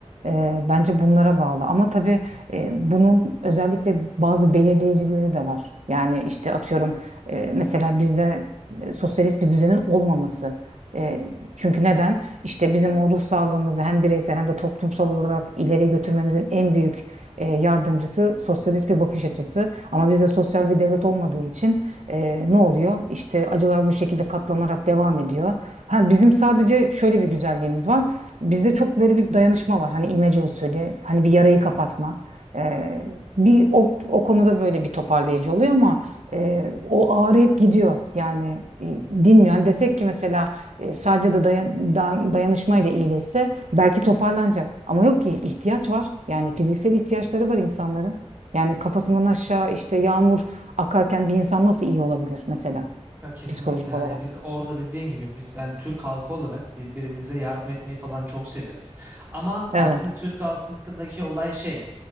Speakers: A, on the right (about 75°); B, on the right (about 15°).
A: e, bence bunlara bağlı. Ama tabii e, bunun özellikle bazı belirleyicileri de var. Yani işte atıyorum e, mesela bizde e, sosyalist bir düzenin olmaması. E, çünkü neden? İşte bizim o ruh sağlığımızı hem bireysel hem de toplumsal olarak ileriye götürmemizin en büyük e, yardımcısı sosyalist bir bakış açısı. Ama bizde sosyal bir devlet olmadığı için ee, ne oluyor? İşte acılar bu şekilde katlanarak devam ediyor. Ha, bizim sadece şöyle bir güzelliğimiz var. Bizde çok böyle bir dayanışma var. Hani imece usulü, hani bir yarayı kapatma. Ee, bir o, o konuda böyle bir toparlayıcı oluyor ama e, o ağrı hep gidiyor. Yani e, dinmiyor. Hani desek ki mesela e, sadece de dayan, da- dayanışmayla iyileşse belki toparlanacak. Ama yok ki ihtiyaç var. Yani fiziksel ihtiyaçları var insanların. Yani kafasından aşağı işte yağmur akarken bir insan nasıl iyi olabilir mesela
B: Ya kesinlikle
A: psikolojik
B: hani
A: olarak?
B: biz orada dediğin gibi biz yani Türk halkı olarak birbirimize yardım etmeyi falan çok severiz. Ama aslında
A: Evet.
B: Türk halkındaki olay şey